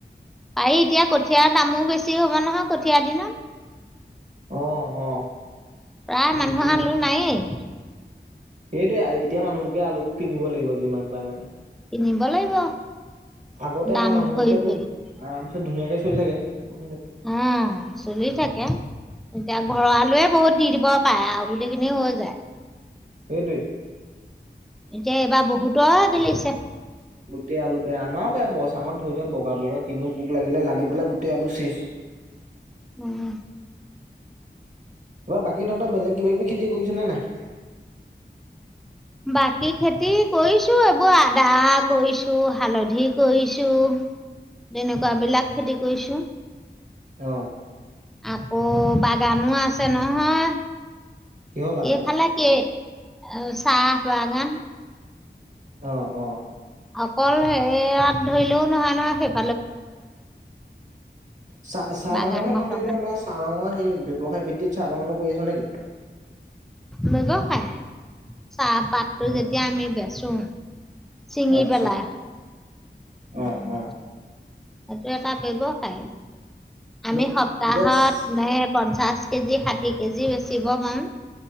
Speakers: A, in the centre; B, on the right.
A: পাৰি এতিয়া কঠীয়াৰ দামো বেছ ছি হ'ব নহয় কঠীয়া দিনত।
B: অ', অ'।
A: প্ৰায় মানুহৰ
B: নেটটো চাই
A: আলু নায়েই।
B: সেইটোৱে এতিয়া মানুহবোৰকে আলুবোৰ কিনিব লাগিব যিমান পাই মানে।
A: কিনিব লাগিব,
B: আগতে
A: দাম
B: আমাৰ মানুহবোৰকেতো
A: ভৰি ভৰি
B: আৰামছে ধুনীয়াকে চলি
A: অহ,
B: থাকে উম
A: চলি থাকে এতিয়া ঘৰৰ আলু এ বহুত দি দিব পাৰে আৰু গোটেইখিনি হৈ যায়।
B: সেইটোৱেই।
A: এতিয়া এইবাৰ বহুতৰ বেলিছে।
B: গোটেই আলু বেয়া আমাৰ সেই বচাঙত থৈ দিয়ে, বগা, বগা কিনো পোক লাগিলে, লাগি পেলাই গোটেই আলু চেচ।
A: উম।
B: বা বাকী তহঁতৰ বেলেগ কিবা কিবি খেতি কৰিছ' নে নাই?
A: বাকী খেতি কৰিছোঁ, এইবোৰ আদা কৰিছোঁ, হালধি কৰিছোঁ, তেনেকুৱাবিলাক খেতি কৰিছোঁ।
B: অ'।
A: আকৌ বাগানো আছে নহয়।
B: কিহৰ বাগান
A: এইফালে কে এহ চ চাহ বাগান।
B: অহ' অহ'
A: অকল সেয়াত ধৰিলেও নহয়, নহয় সেই-
B: চাহ চাহ
A: বাগানৰ
B: বাগানত তহঁতি
A: কাৰণে
B: এতিয়া আমাৰ চাহ বাগান সেই ব্যৱসায় ভিত্তিত চাহ বাগানৰ- কৰি আছ নেকি?
A: ব্যবসায়। <unintelligible> চাহপাতটো
B: উম,
A: যেতিয়া আমি বেছো। চিঙি
B: আচ্ছা
A: পেলাই। উম।
B: অ', অ',
A: এইটো এটা ব্যৱসায় আমি
B: ন-
A: সপ্তাহত
B: এতিয়া চ-
A: <unintelligible> পঞ্চাশ কেজি, ষাঠি কেজি বেচিব পাম।